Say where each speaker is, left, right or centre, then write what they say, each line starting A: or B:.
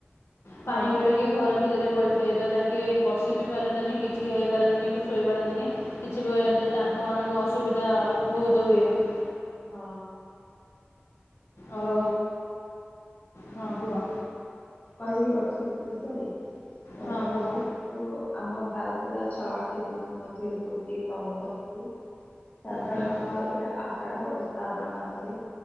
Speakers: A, on the left; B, on the left.
A: ହଁ
B: ପାଣି ଗଳିକି କି ଘର ଭିତରେ ପଡ଼ିଥାଏ ତ ତାଙ୍କେ ବସି ବି ପାରନ୍ତି ନି କି ଠିଆ ହୋଇ ପାରନ୍ତିନି କି ଶୋଇ ପାରନ୍ତିନି କିଛି ପ୍ରକାରେ ଜାଣିଚ ତାଙ୍କ ମାନଙ୍କୁ ଅସୁବିଧା ବହୁତ ହୁଏ <unintelligible>
A: ହଁ। ତ
B: ଆଉ ହଁ କୁହ।
A: କହିବି ବର୍ଷା ଋତୁ ବିଷୟରେ
B: ହଁ
A: ବର୍ଷା
B: କୁହ
A: ରି ଯୋଉ ଆମ ଭାରତର ଛଅଟି ଋତୁ ମଧ୍ୟରୁ ଗୋଟେ ଗୋଟିଏ ପ୍ରମଖ ଋତୁ ସାଧାରଣତଃ
B: ହଁ
A: ଏହା ଆଷାଢ ଓ ଶ୍ରାବଣ ମାସରେ